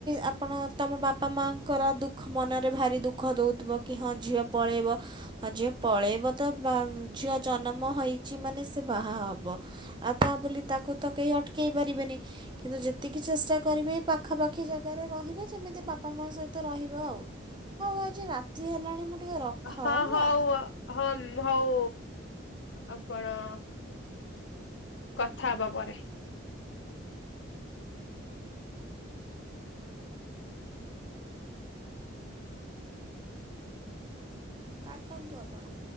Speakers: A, on the right (about 25°); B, on the left (about 65°).
A: ଆ ଆପଣ ତମ ବାପା ମାଆଙ୍କର ଦୁଃଖ ମନରେ ଭାରି ଦୁଃଖ ଦେଉଥିବ କି ହଁ ଝିଅ ପଳେଇବ। ହଁ ଝିଅ ପଳେଇବ ତ ବା ଝିଅ ଜନ୍ମ ହେଇଚି ମାନେ ସେ ବାହା ହେବ ଆଉ ତା ବୋଲି ତାକୁ ତ କେହି ଅଟକେଇ ପାରିବେନି କିନ୍ତୁ ଯେତିକି ଚେଷ୍ଟା କରିବେ ପାଖାପା ଖି ଜାଗାରେ ରହିବେ ଯେମିତି ବାପା ମା ସହିତ ରହିବ ଆଉ। ହଉ ଆଜି ରାତି ହେଲାଣି ମୁଁ ଟିକେ ରଖ
B: ହଁ
A: ହେଲା
B: ହଁ-ହଁ ହଉ ହମ୍ ହଉ। ଆପଣ କଥା ହବା ପରେ। ଉହୁଁ।
A: କାଟନ୍ତୁ ଆପଣ।